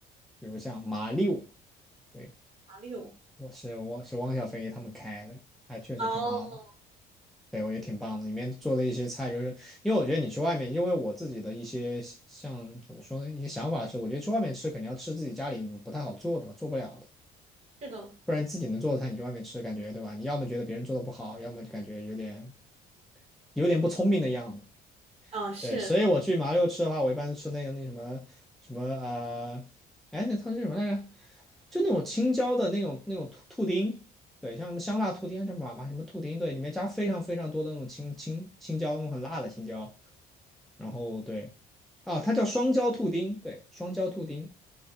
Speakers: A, in the centre; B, on the right (about 40°).
A: 比如像麻六，对，
B: 哪里有？
A: 我是我是汪小菲他们开的，还确实挺好的，
B: 哦，
A: 对我觉得挺棒的，里面做的一些菜就是，因为我觉得你去外面，因为我自己的一些像怎么说呢，一些想法是，我觉得去外面吃肯定要吃自己家里你不太好做的吧，做不了的。
B: 是的，
A: 不然自己能做的菜，你去外面吃，感觉对吧？你要么觉得别人做的不好，要么就感觉有点有点不聪明的样子。
B: 啊，是，
A: 对，所以我去麻六吃的话，我一般都吃那个那什么什么呃，哎，那它是什么来着？就那种青椒的那种那种兔兔丁，对，像什么香辣兔丁，叫麻麻什么兔丁，对，里面加非常非常多的那种青青青椒，那种很辣的青椒。然后对啊，它叫双椒兔丁，对，双椒兔丁，